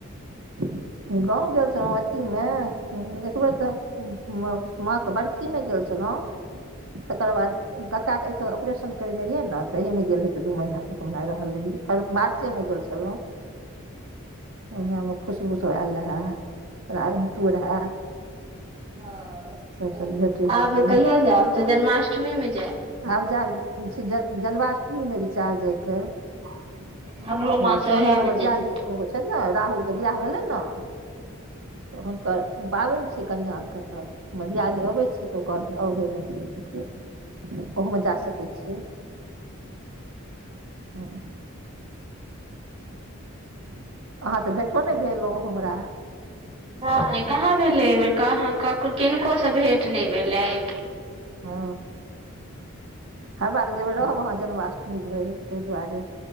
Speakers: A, on the right; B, on the right.
A: गाँंव गेल छलहु अथी मे एक बेर तऽ माँ के बड़ गेल छलहु तकर बाद कक्काके आँइखक ऑरेशन करेने रहिए ने तऽहिमे गेल रहै तऽ दू महीना एक महीना रहल रही फेर मार्चेमे गेल छलहुँ ओहेमे खुशबू शब एल रहै राजनीतू रहै
B: ह
A: सभसँ भेँटी घाँट
B: आब
A: भेल
B: कहिया जायब तऽ जन्माष्टमीमे जायब
A: आब जायब ज जन्माष्टमीमे विचार जायके नहि
B: हमरो माँ से
A: सोनमे
B: ओएह मे
A: हम ब
B: जेतै
A: ध्यान ओ छै ने राहुल के बियाह भेलनि ने तऽ हुनकर पाबनि छियै कनिआँके तऽ हमर दियदनी अबै छै तऽ ओ कहलखन अबै लएऽ देखियौ ओहूमे जा सकैत छियै
B: ह
A: हँ अहाँ तऽ भेटो नहि भेलो हमरा
B: नहि कहाँ भेलै एहिबेर कहाँ कक किनकोसँ भेट नहि भेलै आब गेलिए
A: हँ हमरा त लागल रहब अहाँ जन्माष्टमी भरी ताहि दुआरे